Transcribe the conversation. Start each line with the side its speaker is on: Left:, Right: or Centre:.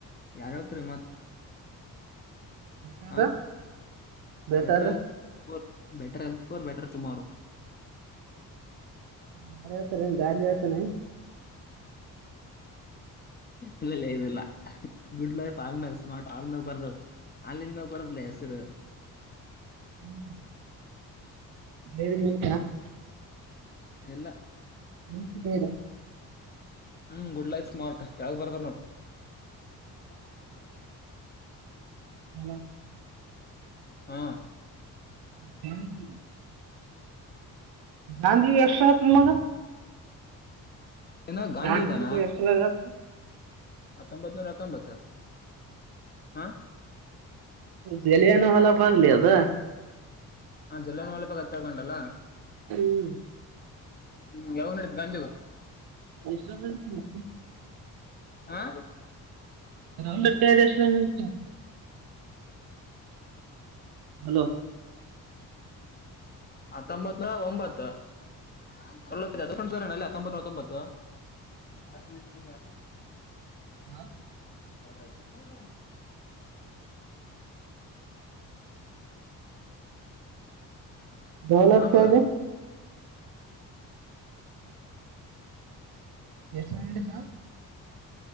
Left: ಯಾರ್ ಹೇಳ್ತರ ಈ ಮಾತ್
Right: ಬೇಟಾರ
Left: ಹ
Right: ಬೇಟಾರ
Left: better health for better health for better tomorrow
Right: ಯಾರ ಹೇಳ್ತಾರೆನ ಗಾಲಿ ಹೇಳ್ತಾನ
Left: ಇಲ್ಲ ಇಲ್ಲ ಇದಿಲ್ಲ ಗುಡ್ ಲೈಫ್ ಆರ್ಮ್ಯಾಗ ಸ್ಮಾರ್ಟ್ ಆರ್ಮ್ಯಾಗ ಬರ್ದ ಹಾಲ್ಲಿನ್ ಮ್ಯಾಗ ಬರದದಲೇ ಹೆಸರ
Right: ಹ್ಮ ಡೈರಿ ಮಿಲ್ಕ್
Left: ಇಲ್ಲ
Right: ಮಿಲ್ಕ್ ಮೇಡ್
Left: ಹ್ಮ್ ಗುಡ್ ಲೈಟ್ ಸ್ಮಾರ್ಟ್ ಕೆಳಗ್ ಬರದದ ನೋಡ್ ಹ <unintelligible>
Right: ಹಲೋ
Left: ಹಾ
Right: ಹ್ಮ ಹ ಗಾಂದಿ ಎಷ್ಟತ್ ಮಗ
Left: ಏನ ಗಾಂಧಿ
Right: ಗಧಾನ್ಿ
Left: ಯುಗನಾ
Right: ಎಷ್ಟುಲ್ಲಪ್ಪ <inaudible>
Left: ಹತ್ತೊಂಬತ್ ನೂರ ಹತ್ತೊಂಬತ್ತ ಹಾ
Right: ಜಲಿಯನವಲ್ಲಬಾಗಲೆ ಅದ
Left: ಹ ಜಲಿಯನವಾಲ ಬಾಗ ಹತ್ಯಾಕಾಂಡಲ
Right: ಹ್ಮ್
Left: ಹ್ಮ ಯಾವಗ ನಡಿತ ಗಾಂಧಿದ
Right: ಎಷ್ಟು
Left: ಹಾ
Right: ಏ <inaudible> <unintelligible> ಹಲೋ
Left: ಹತ್ತೊಂಬತ್ತನೂರ ಒಂಬತ್ತು <unintelligible>
Right: ಹಾ
Left: ಹೌದ
Right: ದೌಲತ್
Left: ಆ ಮಗ
Right: ಕಾಯ್ದೆ ಎಷ್ಟರಗ ನಡಿದ್ದಾ